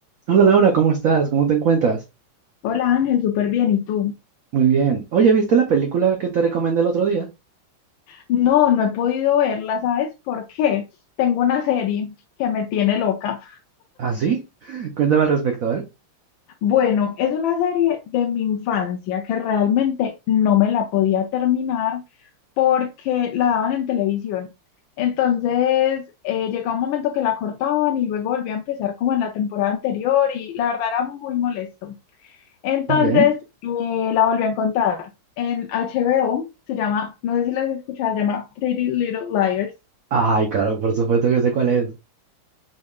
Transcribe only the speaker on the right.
Hola Laura, ¿cómo estás? ¿Cómo te encuentras?
Muy bien. Oye, ¿viste la película que te recomendé el otro día?
¿Ah, sí? <laughs> Cuéntame al respecto, ¿eh?
Ok.
Ay, claro, por supuesto que sé cuál es.